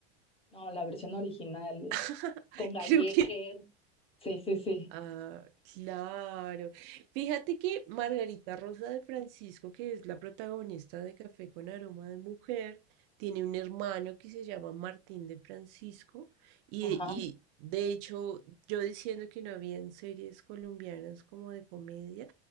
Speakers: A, on the left; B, on the right.
A: no, la versión original, güey,
B: <laughs>
A: con Galleque.
B: Creo que
A: Sí, sí, sí.
B: Ah, claro. Fíjate que Margarita Rosa de Francisco, que es la protagonista de Café con Aroma de Mujer, tiene un hermano que se llama Martín de Francisco y,
A: Ajá.
B: y de hecho yo diciendo que no habían series colombianas como de comedia,